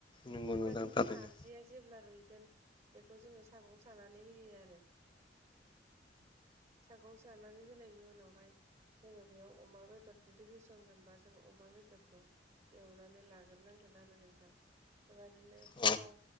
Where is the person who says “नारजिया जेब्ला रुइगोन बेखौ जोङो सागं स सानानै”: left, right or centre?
Right